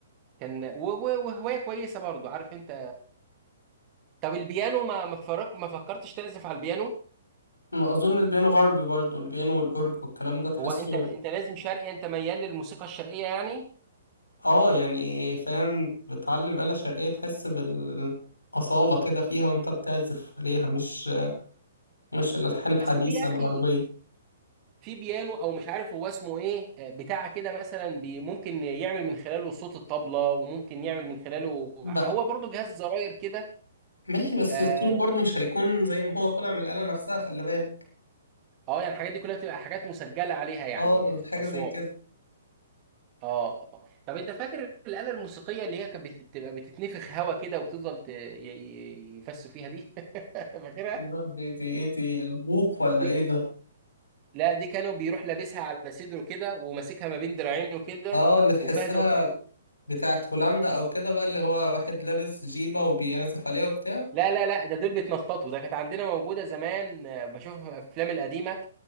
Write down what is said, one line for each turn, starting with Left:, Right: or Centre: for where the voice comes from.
Right: كان و... و... وهوايه كويسه برضو عارف انت طب البيانو ما ما فرق ما فكرتش تعزف على البيانو
Left: ما اظن البيانو غربي برضو البيانو والاورج والكلام ده تحسه
Right: هو انت انت لازم شرقي انت ميال للموسيقى الشرقيه يعني
Left: اه يعني فاهم بتعلم آلة شرقية تحس بالأصالة كده فيها وانت بتعزف عليها مش مش الألحان الحديثة
Right: اصل في يا
Left: الغربية
Right: اخي في بيانو او مش عارف هو اسمه ايه آه، بتاع كده مثلا بي ممكن يعمل من خلاله صوت الطبله وممكن يعمل من خلاله
Left: بقى
Right: هو برضو جهاز زراير كده
Left: ماشي بس
Right: اه
Left: الصوت برضه مش هيكون زي ما هو طالع من الآلة نفسها خلي بالك
Right: آه، يعني الحاجات دي كلها بتبقى حاجات مسجله عليها يعني
Left: اه بس حاجة
Right: اصوات
Left: زي كده
Right: اه آه. طب انت فاكر الآلة الموسيقية اللي هي كانت بت- بتبقى بتتنفخ هوا كده وبتفضل ت- ي- ي- يفسوا فيها دي <laughs> فاكرها؟
Left: لا دي دي ايه دي البوق ولا
Right: دي
Left: ايه ده
Right: لا دي كانوا بيروح لابسها على صدره كده وماسكها ما بين دراعينه كده
Left: اه اللي تحسها
Right: وفيها زي ما كنت
Left: بتاعت هولندا او كده بقى اللي هو واحد لابس جيبة وبيعزف عليها وبتاع
Right: لا لا لا ده دول بيتنططوا ده كانت عندنا موجودة زمان آه، بشوفها في الأفلام القديمة